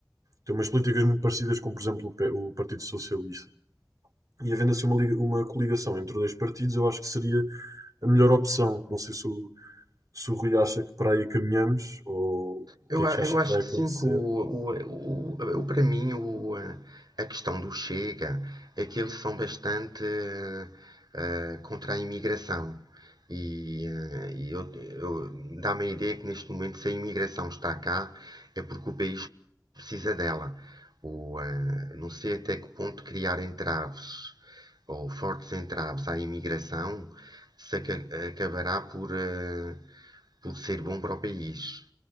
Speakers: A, on the right; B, on the right.
A: Tem umas políticas muito parecidas com, por exemplo, o P- o Partido Socialista. E havendo assim uma, liga- uma coligação entre dois partidos, eu acho que seria a melhor opção. Não sei se o, se o Rui acha que para aí caminhamos ou o
B: Eu,
A: que é que
B: a-
A: acha
B: eu acho
A: que vai
B: que
A: acontecer.
B: sim, que o, o, o, o- para mim o, eh, a questão do Chega é que eles são bastante eh, eh, contra a imigração. E, eh, e eu, eu- dá-me a ideia que neste momento, se a imigração está cá, é porque o país precisa dela. O, eh, não sei até que ponto criar entraves ou fortes entraves à imigração se aca- acabará por. eh, por ser bom para o país.